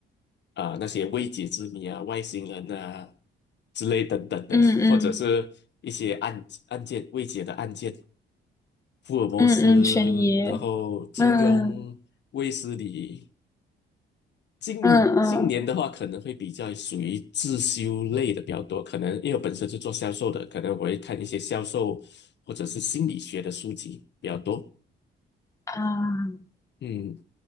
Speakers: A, on the left; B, on the left.
A: 啊、那些未解之谜啊、外星人啊之类等等的，
B: 嗯嗯
A: 或者是一些案案件未解的案件，福尔摩斯，
B: 嗯嗯，悬疑，
A: 然后金庸、
B: 嗯
A: 卫斯理近近年的话，
B: 嗯嗯，
A: 可能会比较属于自修类的比较多，可能因为我本身是做销售的，可能我会看一些销售或者是心理学的书籍比较多。
B: 啊，
A: 嗯，